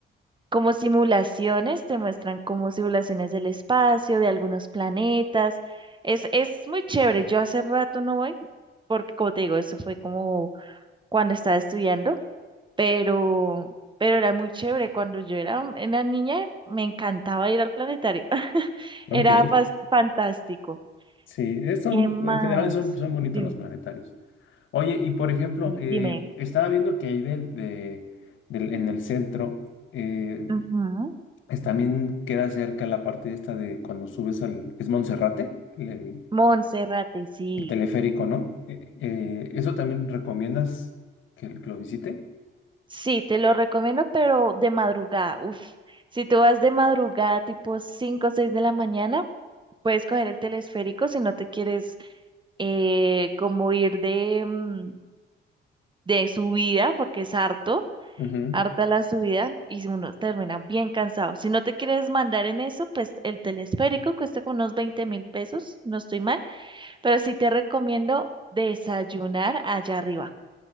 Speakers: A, on the right; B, on the left.
A: Como simulaciones, te muestran como simulaciones del espacio, de algunos planetas. Es, es muy chévere. Yo hace rato no voy, porque como te digo, eso fue como cuando estaba estudiando, pero, pero era muy chévere. Cuando yo era una niña, me encantaba ir al planetario. <laughs> Era
B: Ok,
A: fas- fantástico.
B: sí, es- son,
A: ¿Qué más?
B: en general son, son bonitos
A: Dime,
B: los planetarios. Oye, y por ejemplo,
A: sí,
B: eh,
A: dime.
B: estaba viendo que ahí del, de, del- en el centro eh,
A: Ujú.
B: es- también queda cerca la parte esta de cuando subes al... Es Monserrate, el, el-
A: Monserrate, sí.
B: teleférico, ¿no? Eh, eh, ¿eso también recomiendas que, que lo visite?
A: Sí, te lo recomiendo, pero de madrugada. Uf, si tú vas de madrugada, tipo 5 o 6 de la mañana, puedes coger el telesférico si no te quieres eh, como ir de, mm, de subida, porque es harto,
B: Ujú,
A: harta la subida, y si uno termina bien cansado. Si no te quieres mandar en eso, pues el telesférico cuesta como unos veinte mil pesos, no estoy mal, pero sí te recomiendo desayunar allá arriba.